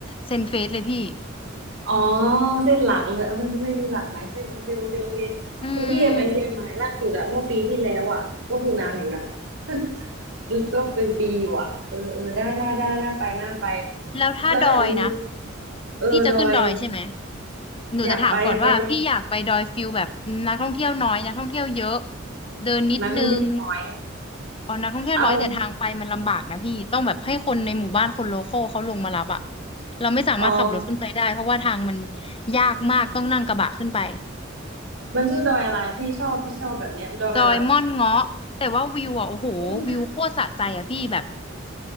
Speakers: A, on the left (about 30°); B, on the right (about 80°).
A: เซนเฟสเลยพี่
B: อ๋อเส้นหลักเลยเอ้ยไม่ไม่รู้หลักไหมเส้นโอเคโอเคโอเค
A: อื
B: คือพี่ไปเชียงใหม่ล่าสุดอะเมื่อปีที่แล้วอะก็คือนานอยู่นะ
A: ม
B: <laughs> ก็เป็นปีอยู่อะเออเออได้ได้ได้น่าไปน่าไป
A: แล้วถ้าดอยนะ
B: แล้วแบบมีเออดอย
A: พี่จะขึ้นดอยใช่ไหมหนูจะถามก่อนว่าพี่อยากไปดอยฟิลแบบนักท่องเที่ยวน้อยนักท่องเที่ยวเยอะ
B: อยากไปอยากไปดอย
A: เดินนิดนึง
B: นักท่องเที่ยวน้อย
A: อ๋อนักท่องเที่ยวน้อยแต่ทางไปมันลำบากนะพี่ต้องแบบให้คนในหมู่บ้านคนโลคอลเขาลงมารับอะ
B: เอา
A: เราไม่สามารถขับรถขึ้นไปได้เพราะว่าทางมัน
B: อ๋อ
A: ยากมากต้องนั่งกระบะขึ้นไป
B: มันชื่อดอยอะไรพี่ชอบพี่ชอบแบบเนี้ยดอยแบบ
A: ดอยม่อนเงาะแต่ว่าวิวอ่ะโอ้โหวิวโคตรสะใจอ่ะพี่แบบ
B: อืม